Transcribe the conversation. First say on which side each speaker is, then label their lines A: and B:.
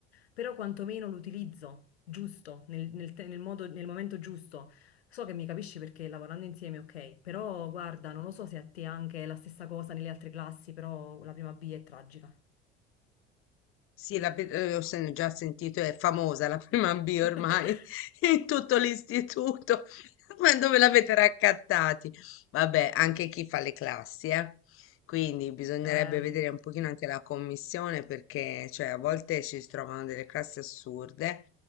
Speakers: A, on the left; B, on the left.
A: però quantomeno l'utilizzo giusto, nel nel te- nel modo- nel momento giusto. So che mi capisci perché lavorando insieme, ok, però guarda, non lo so se a te anche è la stessa cosa nelle altre classi, però la prima B è tragica.
B: Sì, la be- eh, ho sen- già sentito, è famosa la prima B
A: <laughs>
B: ormai <laughs> in tutto l'istituto. <laughs> Ma dove l'avete raccattati? Vabbè, anche chi fa le classi, eh. Quindi bisognerebbe
A: Eh.
B: vedere un pochino anche la commissione perché cioè, a volte ci si trovano delle classi assurde.